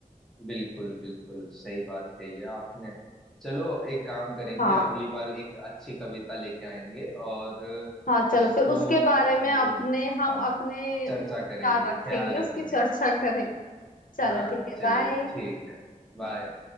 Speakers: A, in the centre; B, on the left.
A: बिल्कुल बिल्कुल सही बात कही है आपने चलो एक काम करेंगे
B: हाँ
A: अगली बार एक अच्छी कविता लेके आएंगे और
B: हाँ चलो
A: उसको
B: फिर उसके बारे में
A: हम
B: अपने
A: लोग
B: हम
A: हाँ
B: अपने
A: चर्चा
B: विचार
A: करेंगे
B: रखेंगे
A: ख्याल रखेंगे
B: उसकी चर्चा करेंगे चलो
A: हाँ
B: ठीक है
A: चलिए
B: बाय
A: ठीक है बाय